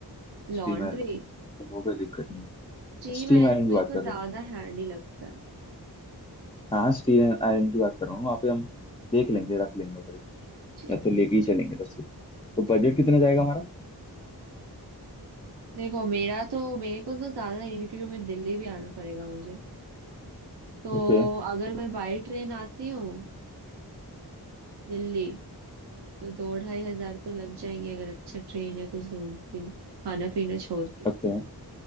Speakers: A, on the right; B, on the left.
A: लॉन्ड्री
B: स्टीम आयरन वो कोई दिक्कत नहीं है
A: स्टीम
B: स्टीम
A: आयरन
B: आयरन की
A: मेरे
B: बात
A: को
B: कर
A: ज्यादा
B: रहा हूँ
A: हैंडी लगता है
B: हाँ हाँ स्टीम आयरन की बात कर रहा हूँ वहाँ पे हम देख लेंगे रख लेंगे उधर एक
A: जी।
B: या फिर लेके ही चलेंगे इधर से तो बजट कितना जाएगा हमारा
A: देखो मेरा तो मेरे को तो ज्यादा नहीं क्योंकि मैं दिल्ली भी आना पड़ेगा मुझे तो
B: ओके
A: अगर मैं बाई ट्रेन आती हूँ दिल्ली तो दो ढाई हजार तो लग जाएंगे अगर अच्छा ट्रेन या कुछ ढूंढती हूँ खाना पीना छोड़ के
B: ओके